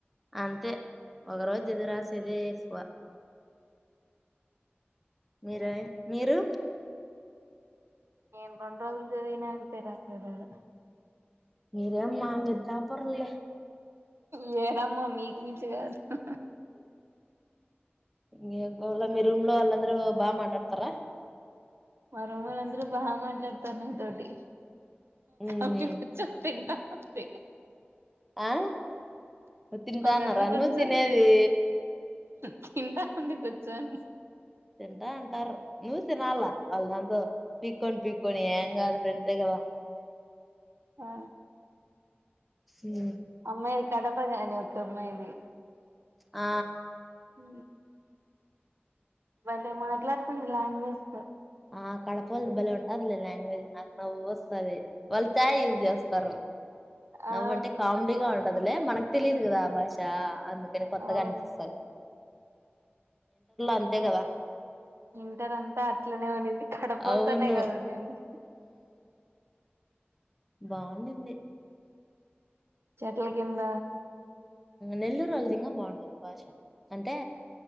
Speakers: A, in the centre; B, on the right (about 80°).
A: అంతే ఒక రోజు జెది రాసేదే ఎక్కువ మీరు మీరు
B: నేను రెండు రోజులు దినన్ అంతే రాత్రి వేళ
A: మీరేమ్మా మీ టాపర్లే
B: మేడమా మీక్ మింసా కాదు హ్ హ
A: ఇం ఇంకోళ మీ రూమ్ లో వాళ్ళందరూ బాగ మాట్లాడతారా
B: మా రూమోళ్ళ అందరూ బాగ మాట్లాడతారు. నాతోటి
A: ఉమ్.
B: అ కచ్చ తింట అే
A: ఆ నువ్వు తింటా
B: ఒక
A: అన్నారా
B: ఆమె కూర్చొని
A: నువ్వు తినేది
B: తింటా ఉంది కూర్చుని
A: తింటా అంటారు నువ్స వల్ల దాంట్లో పికనీ పికొని హంగ్ అ ఫ్రెండ్స్గ
B: ఆ
A: ఉమ్
B: అమ్మాయిది కడప ని ఒక్క అమ్మాయిది
A: ఆ
B: ఉ మళ్ళ మాట్లాడుతుంది లాంగ్వేజ్
A: ఆ కడపలు బాలే ఉంటది లే లాంగ్వేజ్ నవ్వు వస్తుది వాళ్ళు చాయ్ యూజ్ చేస్తారు నవ్వు
B: ఆ
A: అంటే కామెడీ గా ఉంటది మనకు తెలిదు కదా భాషా అంది కొత్తగా
B: అవును
A: అనిపిస్తాడి అంతే కదా
B: ఇంటర్ అంతా అట్లనే ఉన్నింది కడపలతోనే
A: అవును
B: కదు నేంది
A: బాగుండంది
B: చెట్ల కింద
A: నెల్లూరు అలది బాగుంటుది భాష అంటే